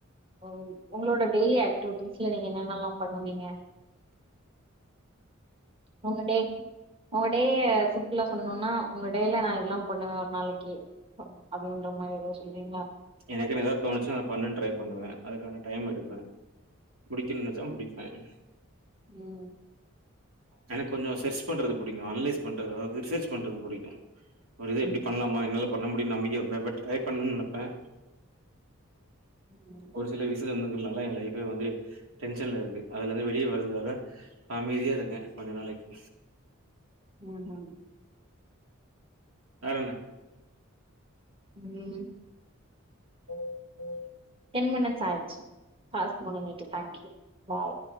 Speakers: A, on the right; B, on the right.
A: ஒங் ஒங்களோட டெய்லி ஆக்ட் டிவிட்டீஸ்ல நீங்க என்னென்னலா பண்ணுவீங்க ஒங்கடே ஒங்க டேய சிம்பிளா சொல்லனுனா ஓங்க டேல நா இதுலா பண்ணுவே ஒரு நாளைக்கி ம் அது ந்து மாரி எதா சொல்றீங்ளா
B: எனக்குனு ஏதா தோணுச்சுனா அத பண்ணன் ட்ரை பண்ணுவே அதுக்கான டைம் எடுப்பே முடிக்கணு நெனச்சா முடிப்பேன்
A: உம்
B: எனக்கு கொஞ்சம் சர்ச் பண்றது பிடிக்கும் ஆனலைஸ் பண்றது அதாவது ரிசர்ச் பண்றது பிடிக்கும் ஒரு இது எப்படி
A: ம்
B: பண்ணலாமா என்னால பண்ண முடியும்னு நம்பிக்கைப்ப பட் ட்ரை பண்ணனு நினப்பேன்
A: ம்
B: ஒரு சில விச இருந்துக்கிறதுனால என் லைஃப்பே வந்து டென்ஷன்ல இருக்கு அதுல இருந்து வெளியே வர்றதுக்காக அமைதியா இருக்கேன் கொஞ்ச நாளைக்கு
A: ஹம் ஹம்
B: வேறண்ண
A: உம்
B: <inaudible>
A: டூ மிண்ட்ஸ் ஆயிடுச்சு டாஸ்க் முடுஞ்சுட்டு தேங்க்யூ பாய்